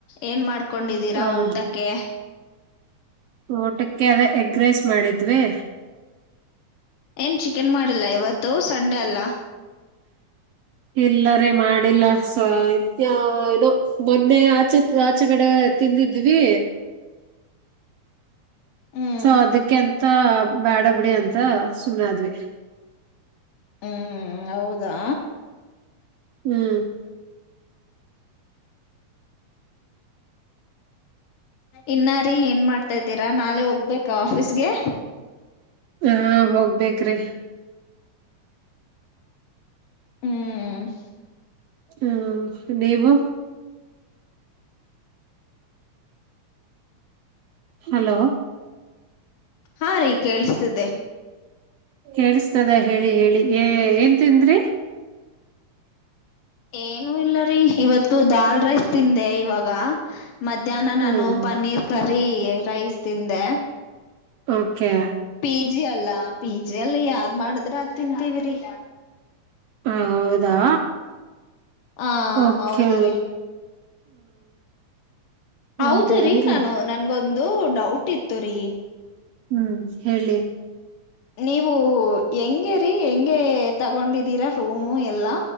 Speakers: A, on the left; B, on the right.
A: ಏನ್ ಮಾಡ್ಕೊಂಡಿದ್ದೀರಾ
B: ಹ
A: ಊಟಕ್ಕೆ?
B: ಊಟಕ್ಕೆ ಅದೇ ಎಗ್ ರೈಸ್ ಮಾಡಿದ್ವಿ.
A: ಏನ್ ಚಿಕನ್ ಮಾಡಿಲ್ಲ ಇವತ್ತು ಸಂಡೆ ಅಲ್ಲ?
B: ಎಲ್ಲಾರೆ ರೀ ಮಾಡಿಲ್ಲ ಸ್ತ್ಯ <unintelligible> ಇದು ಮೊನ್ನೆ ಆಚೆ ಆಚೆಗಡೆ ತಿಂದಿದ್ವಿ.
A: ಹ್ಮ್
B: ಸೊ ಅದಕ್ಕೆಂತ ಬ್ಯಾಡ ಬಿಡಿ ಅಂತ ಸುಮ್ಮನಾದ್ವಿ.
A: ಹ್ಮ್ ಹೌದಾ
B: ಹ್ಮ್
A: ಇನ್ನಾ ರೀ ಏನ್ ಮಾಡ್ತಾ ಇದ್ದೀರಾ ನಾಳೆ ಹೋಗ್ಬೇಕ ಆಫೀಸ್ಗೆ?
B: ಹಾ ಹೋಗ್ಬೇಕ್ರೀ
A: ಹ್ಮ್
B: ಹ್ಮ್ ನೀವು ಹಲೋ
A: ಹಾ ರೀ ಕೇಳಿಸತಿದ್ದೆ.
B: ಕೇಳಿಸತದ ಹೇಳಿ ಹೇಳಿ ಏ ಏನ್ ತಿಂದ್ರಿ?
A: ಏನು ಇಲ್ಲಾರಿ ಇವತ್ತು ಇವತ್ತು ದಾಲ್ ರೈಸ್ ತಿಂದೆ ಇವಾಗ. ಮಧ್ಯಾಹ್ನ ನಾನು
B: ಹ್ಮ್
A: ಪನ್ನೀರ್ ಕರಿ ರೈಸ್ ತಿಂದೆ.
B: ಓಕೆ
A: ಪಿ ಜಿ ಅಲ್ಲ ಪಿ ಜಿ ಅಲ್ಲಿ ಯಾದ್ ಮಾಡುದ್ರ ಅದನ್ ತಿಂತೀವ್ರಿ ರೀ.
B: ಹ ಹೌದಾ
A: ಆ
B: ಓಕೆ
A: ಹೌದು ರೀ ಹೌದ್ರೀ
B: ಹೌದೇನ್ರಿ
A: ರೀ ನಾನು ನನ್ಗೊಂದು ಡೌಟ್ ಇತ್ತು ರೀ?
B: ಹ್ಮ್ ಹೇಳಿ
A: ನೀವು ಹೆಂಗಗೆ ರೀ ಹೆಂಗೆ ತಗೊಂಡಿದ್ದೀರಾ. ರೂಮು ಎಲ್ಲಾ